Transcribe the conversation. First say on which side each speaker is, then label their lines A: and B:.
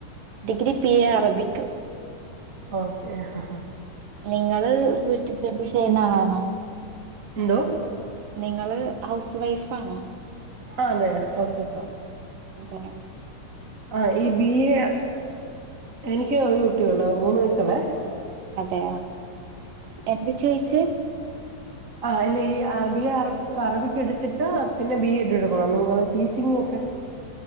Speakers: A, on the right; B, on the right.
A: Degree B A Arabic
B: okay ആഹ് ആഹ്
A: നിങ്ങള് വീട്ട് ജോലി ചെയ്യ്ണ ആളാണോ?
B: ന്തോ
A: നിങ്ങള് ഹൗസ് വൈഫാണോ
B: ആ അതെ ഹൗസ് വൈഫ
A: അതെയോ
B: ആ ഈ ബി എ എനിക്ക് ഒരു കുട്ട്യോള്ളു മൂന്ന് വയസ്സ് ള്ളെ
A: അതെ പ്പെന്ത് ചോയ്ച്ചെ?
B: ആ അല്ലെ ഈ ഏ ബി എ അറബി അറബിക്കെടുത്തിട്ട് പിന്നെ ബി എഡ് എടുക്കണം നിങ്ങൾ ടീച്ചിങ്ങിനൊക്കെ